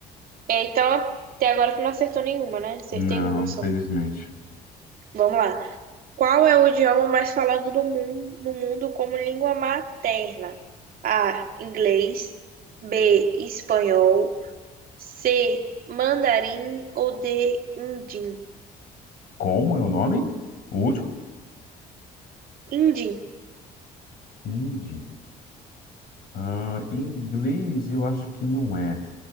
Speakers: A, on the right (about 60°); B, on the left (about 60°).
A: É, então, até agora tu não acertou nenhuma, né? Acertei
B: Não,
A: uma
B: infelizmente.
A: só. Vamos lá. Qual é o idioma mais falado do mundo, no mundo como língua materna? A, inglês. B, espanhol. C, mandarim ou D, indim?
B: Como é o nome? O último?
A: Indim.
B: Hindi. Ah, inglês, eu acho que não é.